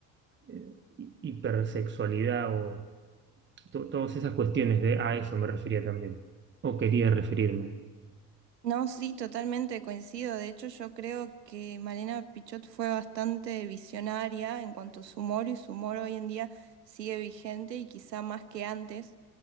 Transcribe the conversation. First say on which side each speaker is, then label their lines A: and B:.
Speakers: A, on the right; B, on the right.
A: eh, hi- hipersexualidad o to- todas esas cuestiones de a eso me refería también, o quería referirme.
B: No, sí, totalmente coincido. De hecho, yo creo que Malena Pichot fue bastante visionaria en cuanto a su humor y su humor hoy en día sigue vigente y quizá más que antes,